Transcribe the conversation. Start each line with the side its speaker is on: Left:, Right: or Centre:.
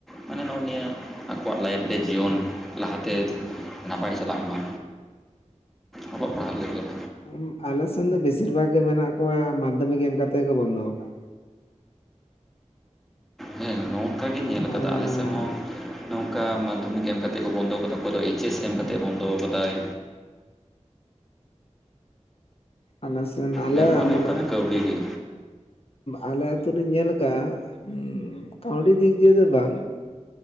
Centre: ᱢᱟᱱᱮ ᱱᱚᱜᱼᱚ ᱱᱤᱭᱟᱹ ᱟᱠᱚᱣᱟᱜ ᱞᱟᱭᱤᱯᱷ ᱨᱮ ᱡᱤᱭᱚᱱ ᱞᱟᱦᱟᱛᱮ ᱱᱟᱯᱟᱭ ᱪᱟᱞᱟᱜ ᱢᱟ ᱟᱵᱚᱣᱟᱜ ᱯᱟᱲᱦᱟᱜ ᱞᱟᱹᱜᱤᱫ
Left: ᱩᱸ ᱟᱞᱮ ᱥᱮᱱ ᱫᱚ ᱵᱮᱥᱤᱨ ᱵᱷᱟᱜ ᱜᱮ ᱢᱮᱱᱟᱜ ᱠᱚᱣᱟ ᱢᱟᱫᱽᱫᱷᱚᱢᱤᱠ ᱮᱢ ᱠᱟᱛᱮ ᱠᱚ ᱵᱚᱱᱫᱚ ᱠᱟᱜ - ᱟ
Centre: ᱦᱮᱸ ᱱᱚᱝᱠᱟ ᱜᱤᱧ ᱧᱮᱞ ᱟᱠᱟᱫᱟ
Left: ᱟᱠᱟᱫᱼᱟ
Centre: ᱟᱞᱮ ᱥᱮᱜ ᱦᱚᱸ ᱱᱚᱝᱠᱟ ᱢᱟᱫᱽᱫᱷᱚᱢᱤᱠ ᱮᱢ ᱠᱟᱛᱮ ᱠᱚ ᱵᱚᱱᱫᱚ ᱟᱠᱟᱫᱟ ᱚᱠᱚᱭ ᱫᱚ ᱮᱪ ᱮᱥ ᱮᱢ ᱠᱟᱛᱮᱜ ᱵᱚᱱᱫᱚ ᱟᱠᱟᱫᱟᱭ
Left: ᱟᱞᱮ ᱥᱮᱱ ᱟᱞᱮ
Centre: ᱢᱮᱱᱢᱟ ᱦᱩᱭᱩᱜ
Left: ᱢᱟᱱᱮ
Centre: ᱠᱟᱱᱟ ᱠᱟᱹᱣᱰᱤ ᱜᱮ
Left: ᱟᱞᱮ ᱟᱹᱛᱩ ᱨᱮᱧ ᱧᱮᱞ ᱟᱠᱟᱫᱼᱟ ᱩᱸᱜ ᱠᱟᱹᱣᱰᱤ ᱫᱤᱠ ᱫᱤᱭᱮ ᱫᱚ ᱵᱟᱝ